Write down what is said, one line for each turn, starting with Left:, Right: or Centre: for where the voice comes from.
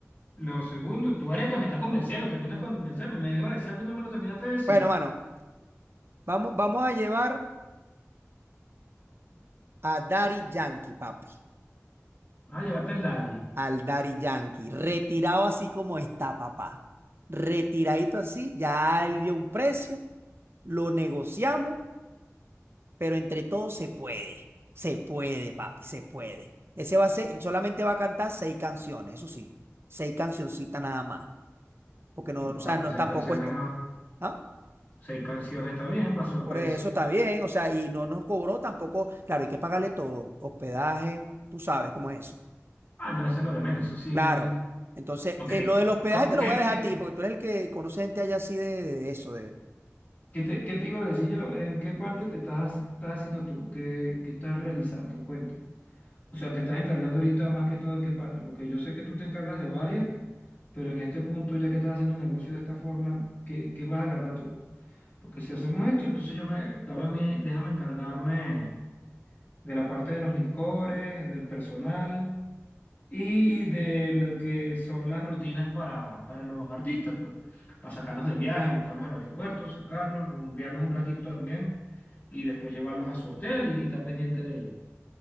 Left: lo segundo, tú eres el que me está convenciendo, termina de convencerme. Me iba a decir algo y no me lo terminaste de decir.
Right: Bueno, mano, vamos, vamos a llevar a Daddy Yankee, papi.
Left: Ah, llévate el Daddy.
Right: Al Daddy Yankee, retirado así como está, papá retiradito así, ya él dio un precio lo negociamos, pero entre todos se puede. Se puede, papi, se puede. Ese va a ser, solamente va a cantar seis canciones, eso sí, seis cancioncitas nada más. Porque no,
Left: No importa,
Right: o sea, no,
Left: seis
Right: tampoco
Left: canciones
Right: está.
Left: más.
Right: ¿ah?
Left: Seis canciones está bien, para sorpresa.
Right: Por eso está bien, o sea, y no nos cobró tampoco. Claro, hay que pagarle todo, hospedaje, tú sabes cómo es eso.
Left: Ah, no, eso es lo de menos, eso sí.
Right: Claro. Entonces,
Left: Ok,
Right: eh, lo del hospedaje
Left: ¿con
Right: te
Left: qué,
Right: lo voy a dejar
Left: qué,
Right: a ti, porque tú eres el que conoce gente allá así de, de eso, de.
Left: qué te, qué te iba a decir yo? ¿En qué parte te estás, estás haciendo tú? ¿Qué, qué estás realizando? Cuenta. O sea, te estás encargando ahorita más que todo en qué parte, porque yo sé que tú te encargas de varias, pero en este punto, ya que estás haciendo negocio de esta forma, ¿qué, qué vas a agarrar tú? Porque si hacemos esto, entonces yo me, dame a mí, déjame encargarme de la parte de los licores, del personal. y de lo que son las rutinas para, para los artistas, pues, para sacarlos de viaje, buscarlos al aeropuerto, sacarlos, rumbearlos un ratito también y después llevarlos a su hotel y, estar pendiente de ellos.